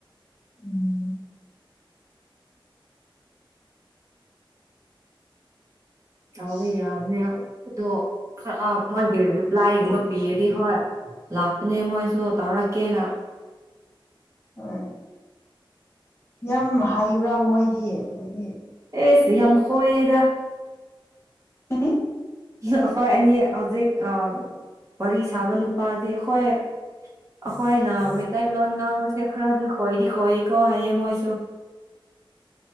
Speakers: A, on the left; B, on the right.
A: ꯎꯝ
B: ꯑꯥꯎꯕꯩ
A: ꯏꯁ
B: ꯌꯥꯝꯅꯦ ꯑꯗꯣ ꯑ ꯃꯣꯏꯒꯤ ꯔꯤꯄ꯭ꯂꯥꯏꯒꯨꯝꯕ ꯄꯤꯔꯔꯤ ꯍꯣꯏ ꯂꯥꯛꯄꯅꯦ ꯃꯣꯏꯁꯨ ꯇꯧꯔꯛꯀꯦꯅ
A: ꯍꯣꯏ ꯌꯥꯝ ꯍꯥꯏꯩꯕ꯭ꯔꯥ ꯃꯣꯏꯗꯤ ꯍꯥꯏꯗꯤ
B: ꯑꯦ ꯁꯤ ꯌꯝꯈꯣꯗ
A: ꯎ
B: ꯑꯩꯈꯣꯏ ꯑꯅꯤ ꯍꯧꯖꯤꯛ ꯋꯥꯔꯤ ꯁꯥꯕ ꯅꯨꯄꯥꯗꯤ ꯑꯩꯈꯣꯏ ꯑꯩꯈꯣꯏꯅ ꯃꯩꯇꯩꯂꯣꯟ ꯉꯥꯡꯕꯁꯦ ꯈꯔꯗꯤ ꯈꯣꯏꯗꯤ ꯈꯣꯏꯀꯣ ꯍꯥꯏꯌꯦ ꯃꯣꯏꯁꯨ <unintelligible>